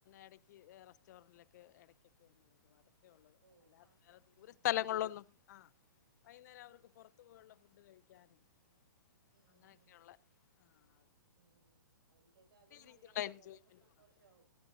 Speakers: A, on the left; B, on the right.
A: എടക്ക് റസ്റ്റോറന്റിലൊക്കെ ഇടക്കൊക്കെ ഒന്ന് പോകും അതൊക്കെയാ ഉള്ളത്
B: പോവും
A: അല്ലാ
B: ആ
A: വേറെ ദൂരെ
B: ഉം
A: സ്ഥലങ്ങളിലൊന്നും
B: ഉം
A: ആഹ് വൈകുന്നേരം അവർക്ക് പൊറത്ത് പോയുള്ള ഫുഡ് കഴിക്കാനും
B: ഉം
A: അങ്ങനൊക്കെയുള്ളെ
B: ഉം ഉം
A: ആഹ്
B: ഉം അവരിക്കൊക്കെ അതും മതി
A: രീതിയിലുള്ള
B: അവർക്ക്
A: എൻജോയ്മെന്റ്
B: അതൊക്കെ സന്തോഷാവും
A: മാത്രം